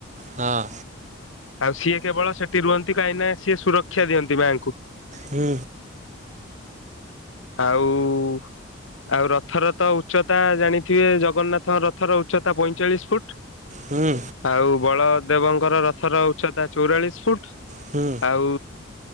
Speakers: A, on the right; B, on the left.
A: ହଁ।
B: ଆଉ ସିଏ କେବଳ ସେଠି ରୁହନ୍ତି, କାହିଁନା ସିଏ ସୁରକ୍ଷା ଦିଅନ୍ତି ମାଙ୍କୁ।
A: ହୁଁ।
B: ଆଉ ଆଉ ରଥର ତ ଉଚ୍ଚତା ଜାଣିଥିବେ, ଜଗନ୍ନାଥ ରଥର ଉଚ୍ଚତା ପଇଁଚାଳିଶ ଫୁଟ
A: ହୁଁ।
B: ଆଉ ବଳଦେବଙ୍କର ରଥର ଉଚ୍ଚତା ଚଉରାଳିଶ ଫୁଟ
A: ହୁଁ
B: ଆଉ